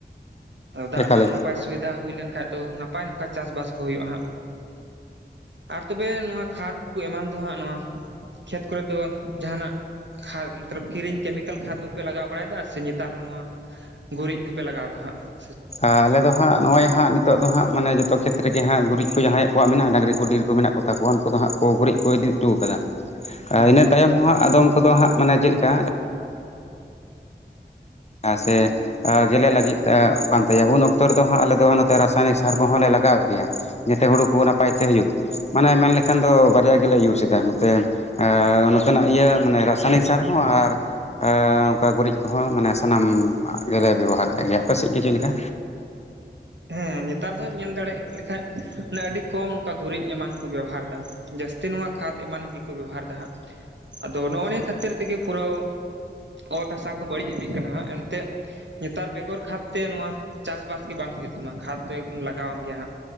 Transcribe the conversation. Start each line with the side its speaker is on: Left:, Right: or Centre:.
Right: ᱫᱟᱜ
Left: ᱮᱠᱟᱞ
Right: ᱨᱮᱱᱟᱜ ᱱᱟᱯᱟᱭ ᱥᱩᱵᱤᱫᱷᱟ ᱦᱩᱭ ᱞᱮᱱᱠᱷᱟᱱ ᱫᱚ ᱱᱟᱯᱟᱭ ᱱᱚᱝᱠᱟ ᱪᱟᱥᱵᱟᱥ ᱠᱚ ᱦᱩᱭᱩᱜᱼᱟ ᱦᱟᱸᱜ ᱟᱨ ᱛᱚᱵᱮ ᱱᱚᱣᱟ ᱠᱷᱟᱫ ᱠᱚ ᱮᱢᱟᱱ ᱫᱚ ᱦᱟᱸᱜ ᱱᱚᱣᱟ ᱠᱷᱮᱛ ᱠᱚᱨᱮ ᱫᱚ ᱡᱟᱦᱟᱸᱱᱟᱜ <unintelligible> ᱢᱚᱛᱞᱚᱵᱽ ᱠᱤᱨᱤᱧ ᱠᱮᱢᱤᱠᱮᱞ ᱠᱷᱟᱫᱽ ᱠᱚᱯᱮ ᱞᱟᱜᱟᱣ ᱵᱟᱲᱟᱭᱮᱫᱟ ᱥᱮ ᱱᱮᱛᱟᱨ ᱦᱚᱸ ᱱᱚᱣᱟ ᱜᱩᱨᱤᱡ ᱠᱚᱯᱮ ᱞᱟᱜᱟᱣᱫᱟ ᱦᱟᱸᱜ ᱾
Left: ᱟᱞᱮ ᱫᱚ ᱦᱟᱸᱜ ᱾ ᱱᱚᱜᱼᱚᱭ ᱦᱟᱸᱜ ᱱᱤᱛᱚᱜ ᱫᱚ ᱦᱟᱸᱜ ᱢᱟᱱᱮ ᱡᱚᱛᱚ ᱠᱷᱮᱛᱨᱮᱜᱮ ᱦᱟᱸᱜ ᱜᱩᱨᱤᱡ ᱡᱟᱦᱟᱸᱭᱟᱜ ᱠᱚᱣᱟᱜ ᱢᱮᱱᱟᱜᱼᱟ ᱰᱟᱝᱨᱤ ᱠᱚ ᱰᱮᱨ ᱠᱚ ᱢᱮᱱᱟᱜ ᱠᱚ ᱛᱟᱠᱚ ᱩᱱᱠᱩ ᱫᱚ ᱦᱟᱸᱜ ᱠᱚ ᱜᱩᱨᱤᱡ ᱠᱚ ᱤᱫᱤ ᱦᱚᱴᱚ ᱟᱠᱟᱫᱟ
Right: ᱦᱩᱸ
Left: ᱟᱨ ᱤᱱᱟᱹ ᱛᱟᱭᱚᱢ ᱦᱚᱸ ᱦᱟᱸᱜ ᱟᱫᱚᱢ ᱠᱚᱫᱚ ᱦᱟᱸᱜ ᱢᱟᱱᱮ ᱪᱮᱫ ᱞᱮᱠᱟ ᱪᱮᱫ ᱥᱮ ᱜᱮᱞᱮ ᱞᱟᱹᱜᱤᱫ ᱠᱟᱱ ᱛᱟᱭᱟ ᱩᱱ ᱚᱠᱛᱚ ᱨᱮᱫᱚ ᱦᱟᱸᱜ ᱟᱞᱮ ᱫᱚ ᱱᱚᱛᱮ ᱨᱟᱥᱟᱭᱚᱱᱤᱠ ᱥᱟᱨ ᱠᱚᱦᱚᱸᱞᱮ ᱞᱟᱜᱟᱣᱮᱫ ᱜᱮᱭᱟ ᱡᱟᱛᱮ ᱦᱩᱲᱩ ᱠᱚ ᱱᱟᱯᱟᱭᱛᱮ ᱦᱩᱭᱩᱜ ᱢᱟᱱᱮ ᱢᱮᱱᱞᱮᱠᱷᱟᱱ ᱫᱚ ᱵᱟᱨᱭᱟ ᱜᱮᱞᱮ ᱤᱭᱩᱡᱽ ᱮᱫᱟ ᱱᱚᱛᱮ ᱱᱚᱛᱮᱱᱟᱜ ᱤᱭᱟᱹ ᱢᱟᱱᱮ ᱨᱟᱥᱟᱭᱱᱤᱠ ᱥᱟᱨ ᱦᱚᱸ ᱟᱨ ᱚᱱᱠᱟ ᱜᱩᱨᱤᱡ ᱠᱚᱦᱚᱸ ᱢᱟᱱᱮ ᱥᱟᱱᱟᱢ ᱜᱮᱞᱮ ᱵᱮᱵᱚᱦᱟᱨᱮᱫ ᱜᱮᱭᱟ ᱟᱯᱮ ᱥᱮᱫ ᱜᱮ ᱪᱮᱫ ᱞᱮᱠᱟ
Right: ᱦᱮᱸ ᱱᱮᱛᱟᱨ ᱫᱚ ᱦᱟᱸᱧ ᱧᱮᱞ ᱫᱟᱲᱮ ᱞᱮᱠᱷᱟᱡ ᱢᱟᱱᱮ ᱟᱹᱰᱤ ᱠᱚᱢ ᱱᱚᱝᱠᱟ ᱜᱩᱨᱤᱡ ᱮᱢᱟᱱ ᱠᱚ ᱵᱮᱣᱚᱦᱟᱨ ᱮᱫᱟ ᱡᱟᱹᱥᱛᱤ ᱱᱚᱣᱟ ᱠᱷᱟᱛ ᱮᱢᱟᱱ ᱜᱮᱠᱚ ᱵᱮᱵᱚᱦᱟᱨ ᱮᱫᱟ ᱦᱟᱸᱜ ᱟᱫᱚ ᱱᱚᱜᱼᱚ ᱱᱤᱭᱟᱹ ᱠᱷᱟᱹᱛᱤᱨ ᱛᱮᱜᱮ ᱯᱩᱨᱟᱹ ᱚᱛ ᱦᱟᱥᱟ ᱠᱚ ᱵᱟᱹᱲᱤᱡ ᱤᱫᱤᱜ ᱠᱟᱱᱟ ᱮᱱᱛᱮᱫ ᱱᱮᱛᱟᱨ ᱵᱮᱜᱚᱨ ᱠᱷᱟᱫᱽ ᱛᱮ ᱱᱚᱣᱟ ᱪᱟᱥᱵᱟᱥ ᱜᱮ ᱵᱟᱝ ᱦᱩᱭᱩᱜ ᱱᱚᱭᱟ ᱠᱷᱟᱫᱽ ᱫᱚ ᱮᱠᱫᱚᱢ ᱞᱟᱜᱟᱣᱟᱢ ᱜᱮᱭᱟ ᱦᱟᱸᱜ